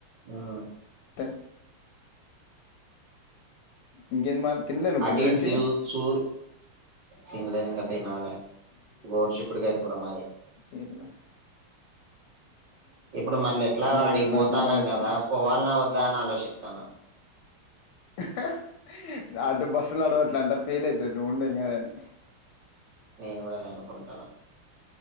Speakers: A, on the right (about 60°); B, on the left (about 80°).
A: ఆ
B: తే ఇంకేంది మరి తినలే నువ్వు
A: అతిథ్
B: పొద్దు నుంచి
A: చూ తినలేదు ఇంకా తినాలి గోడు చిక్కుడికాయ కూర మాది
B: ఏ ప్లస్
A: ఇప్పుడు మళ్ళ ఎట్లా అడిగిపోతాన్నాం
B: తిరగడానికి ఇబ్బంది అవుతుంది
A: కదా పోవాలన్నా వద దా నాలోచిస్తున్న
B: ఆహా అటు బస్సు నడవు అట్లా అంటా ఫీల్ అవుతుంది నువ్వు ఉండేం కదని
A: నేను కూడా అదే అనుకుంటాన